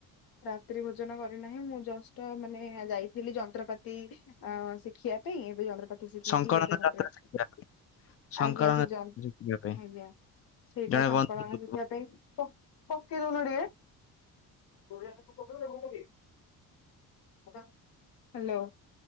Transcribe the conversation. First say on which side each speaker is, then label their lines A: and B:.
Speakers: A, on the left (about 65°); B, on the left (about 40°).
A: ରାତ୍ରି ଭୋଜନ କରିନାହିଁ। ମୁଁ ଜଷ୍ଟ ମାନେ ଯାଇଥିଲି ଯନ୍ତ୍ରପାତି ଅ ଶିଖିବା ପାଇଁ ଏବେ ଯନ୍ତ୍ରପାତି ଶିଖିକି
B: ସଂକଳନ
A: ଏବେ ଘରେ
B: ଯାତ୍ରା
A: ଅଛି।
B: ଶିଖିବା ପାଇଁ ସଂକଳନ
A: ଆଜ୍ଞା ସେ ଜ
B: ଶିଖିବା ପାଇଁ
A: ଆଜ୍ଞା ସେଇଟା
B: ଜଣେ
A: ସଂକଳନ
B: ବନ୍ଧୁ
A: ଦେଖିବା ପାଇଁ। ପ ପକେଇ ଦଉନ ଟିକେ। ହ୍ଯାଲୋ।